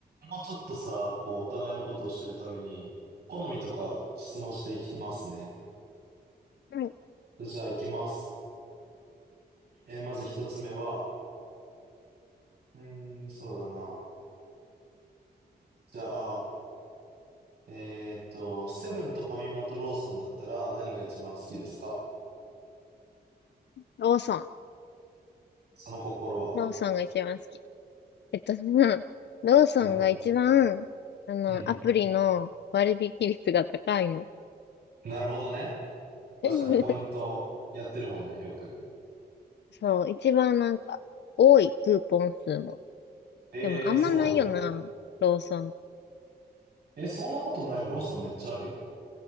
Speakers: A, on the right; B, on the left.
A: もうちょっとさ、こう、お互いのことを知るために、好みとか質問していきますね。
B: はい。
A: じゃあ、いきます。えーまず一つ目は、うーん、そうだな。じゃあ、えーっと、セブンとファミマとローソンだったら何が一番好きですか
B: ローソン。
A: その心は。
B: ローソンが一番好き。えっと、<laughs> その、ローソンが一番、
A: うん、
B: あの、
A: うん。
B: アプリの割引率が高いの。
A: なるほどね。確かにポイントやってるもんね、
B: <laughs>
A: よく。
B: そう、一番なんか、多いクーポン数も。
A: えー、
B: でも、あんまないよな、
A: そうなんだ。
B: ローソン。
A: え、そんなことないよ。ローソンめっちゃあるよ。